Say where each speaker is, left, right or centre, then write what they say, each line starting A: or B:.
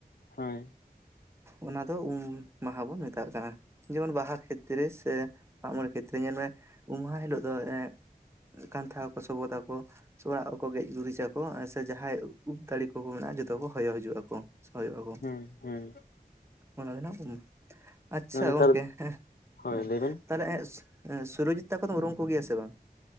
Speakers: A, on the left (about 75°); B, on the right (about 15°).
A: ᱦᱳᱭ᱾
B: ᱚᱱᱟ ᱫᱚ ᱩᱢ ᱢᱟᱦᱟ ᱵᱚᱱ ᱢᱮᱛᱟᱜ ᱠᱟᱱᱟ᱾ ᱡᱮᱢᱚᱱ ᱵᱟᱦᱟ ᱠᱷᱮᱛᱛᱨᱮ ᱥᱮ, ᱢᱟᱜ ᱢᱚᱬᱮ ᱠᱷᱮᱛᱛᱨᱮ ᱧᱮᱞ ᱢᱮ ᱩᱢ ᱢᱟᱦᱟ ᱦᱤᱞᱳᱜ ᱫᱚ ᱮᱸᱜ ᱠᱟᱱᱛᱷᱟ ᱠᱚ ᱥᱚᱵᱚᱛᱟ ᱠᱚ᱾ ᱥᱚ ᱚᱣᱟᱜ ᱠᱚᱠᱚ ᱜᱮᱡ ᱜᱩᱨᱤᱡᱟᱠᱚ ᱥᱮ ᱡᱟᱦᱟᱸᱭ ᱩᱵ ᱫᱟᱲᱤ ᱠᱚᱠᱚ ᱢᱮᱱᱟᱜᱼᱟ ᱡᱚᱛᱚ ᱠᱚ ᱦᱚᱭᱚ ᱦᱤᱡᱩᱜᱼᱟ ᱠᱚ᱾ ᱦᱚᱭᱚᱜ ᱟᱠᱚ
A: ᱦᱩᱸ ᱦᱩᱸ
B: ᱚᱱᱟ ᱫᱚ ᱦᱩᱭᱱᱟ ᱩᱢ, ᱟᱪᱪᱷᱟ
A: ᱟᱫᱚ ᱱᱮᱛᱟᱨ
B: ᱜᱚᱝ ᱠᱮ ᱦᱮᱸ
A: ᱦᱳᱭ
B: ᱩᱸ
A: ᱞᱟᱹᱭ ᱵᱮᱱ
B: ᱛᱟᱦᱚᱞᱮ ᱮᱸ ᱥᱩ-ᱥᱩᱨᱚᱡᱤᱛ ᱛᱟᱠᱚ ᱫᱚᱢ ᱩᱨᱩᱢ ᱠᱚᱜᱮᱭᱟ ᱥᱮ ᱵᱟᱝ?